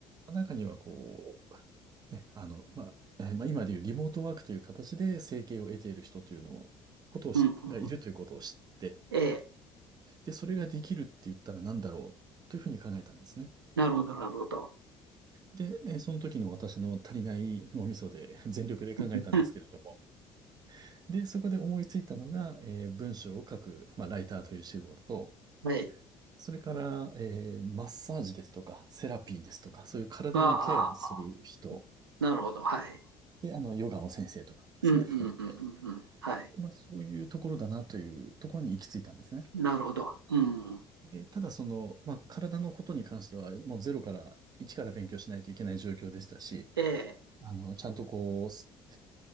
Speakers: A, on the right (about 35°); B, on the right (about 85°).
A: 中にはこう、ね、あの、まあ、えーまあ、今でいうリモートワークという形で生計を得ている人というのを、ことをしがいるということを知って、
B: うん、うんうんええ、
A: で、それができるって言ったら何だろうというふうに考えたんですね。
B: なるほど、なるほど。
A: で、えーその時の私の足りない脳みそで <laughs> 全力で考えたんですけれども。
B: <laughs>
A: で、そこで思いついたのが、えー文章を書く、まあ、ライターという仕事、
B: はい。
A: それから、えーマッサージですとか、セラピーですとか、そういう体のケアをする人、
B: が、ああ、なるほど、はい。
A: で、あの、ヨガの先生とかもですね、
B: うんうんうんうんうん。
A: 含めて、
B: はい。
A: まあ、そういうところだなというところに行き着いたんですね。
B: なるほど。うん。
A: で、ただその、まあ、体のことに関しては、もうゼロから、一から勉強しないといけない状況でしたし、
B: ええ。
A: あの、ちゃんとこう、す